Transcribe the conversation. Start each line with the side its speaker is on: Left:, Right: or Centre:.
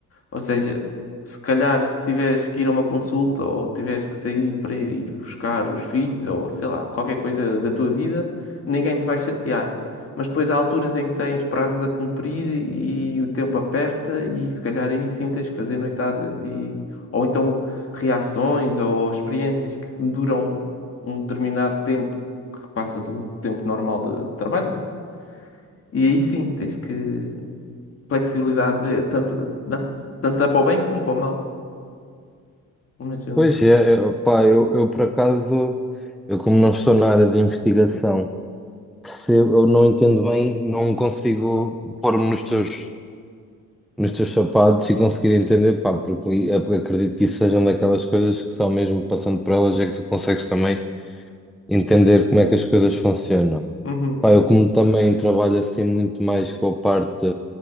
Left: Ou seja, se calhar se tiveres que ir a uma consulta ou tiveres que sair para ir buscar os filhos ou sei lá, qualquer coisa da tua vida, ninguém te vai chatear. Mas depois há alturas em que tens prazos a cumprir e o tempo aperta e se calhar aí sim tens que fazer noitadas e ou então reações ou experiências que duram um determinado tempo que passa do tempo normal de trabalho, né? E aí sim, tens que flexibilidade eh, tanto dá, tanto dá para o bem como para o mal. Mas, eh,
Centre: Pois é, opá, eu, eu por acaso, eu como não estou na área de investigação, percebo, eu não entendo bem, não consigo pôr-me nos teus, nos teus sapatos e conseguir entender, pá, porque eu acredito que isso sejam daquelas coisas que só mesmo passando por elas é que tu consegues também entender como é que as coisas funcionam.
Left: uhum,
Centre: Pá, eu como também trabalho assim muito mais com a parte